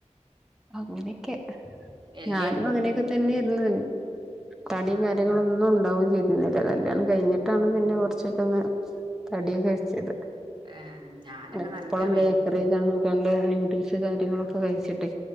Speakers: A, in the centre; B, on the right.
A: അങ്ങനെക്കെ,
B: എല്ലേതും
A: ഞാനും
B: പറ്റും
A: അങ്ങനെയൊക്കെ തന്നെയേയ്ര്ന്നു തടിയും
B: ആ
A: കാര്യങ്ങളൊന്നും <unintelligible> ചെയ്തുന്നില്ല, കല്യാണം കഴിഞ്ഞിട്ടാണ് പിന്നെ കുറച്ചൊക്കെ ഒന്ന് തടി ഒക്കെ വെച്ചത്.
B: ഏ ഞാനൊക്കെ
A: എപ്പഴും
B: നല്ല വെയ്
A: ബേക്കറി ഒക്കെ ആണ് കണ്ട ന്യൂഡിൽസ് കാര്യങ്ങളൊക്കെ കഴിച്ചിട്ടെ